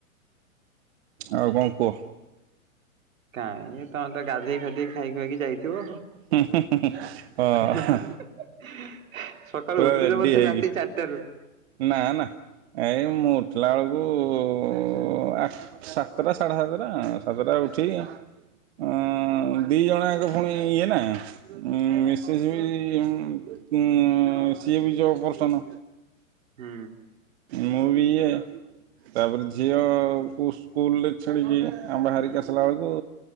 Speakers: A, on the right; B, on the right.
A: ଆଉ କଣ କୁହ?
B: କାଇଁ ତମେ ତ ଗାଧେଇ ଫାଧେଇ ଖାଇ ଖୁଆ କି ଯାଇଥିବ।
A: ହୁଁ ହୁଁ ହୁଁ
B: <unintelligible>
A: ହଁ
B: ସକାଳୁ
A: ପୁରା
B: ଉଠୁଚ
A: ରେଡି
B: ବୋଧେ
A: ହେଇକି
B: ରାତି ଚାରିଟାରୁ?
A: ନା ନା ଏଇ ମୁଁ ଉଠିଲା ବେଳକୁ ଉ ଆ ସାତଟା ସାଢେ ସାତଟା ସାତଟା ରେ ଉଠିକି ଅ ଦି ଜଣ ଜାକ ପୁଣି ଇଏ ନା। ଉଁ ମିସେସ୍ ବି ଉଁ ଉଁ ସିଏ ବି ଜବ୍ ପର୍ସନ।
B: ହୁଁ।
A: ମୁଁ ବି ଇଏ। ତାପରେ ଝିଅ କୁ ସ୍କୁଲ ଲେ ଛେଡ଼ିକି ଆମେ ବାହାରିକି ଆସିଲା ଏଳୁକୁ